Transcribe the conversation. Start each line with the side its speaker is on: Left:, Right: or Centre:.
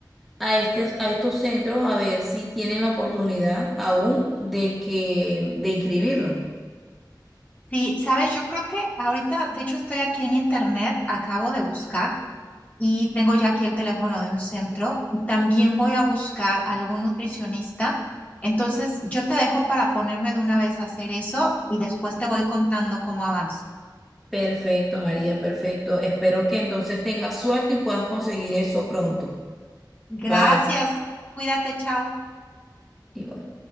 Centre: a, estes- a estos centros a ver si tienen la oportunidad aún de que de inscribirlo.
Left: Sí, sabes, yo creo que ahorita, de hecho, estoy aquí en internet, acabo de buscar y tengo ya aquí el teléfono de un centro y también voy a buscar algún nutricionista. Entonces, yo te dejo para ponerme de una vez a hacer eso y después te voy contando cómo avanzo.
Centre: Perfecto, María, perfecto. Espero que entonces tengas suerte y puedas conseguir eso pronto.
Left: Gracias,
Centre: Bye.
Left: cuídate, chao.
Centre: Igual.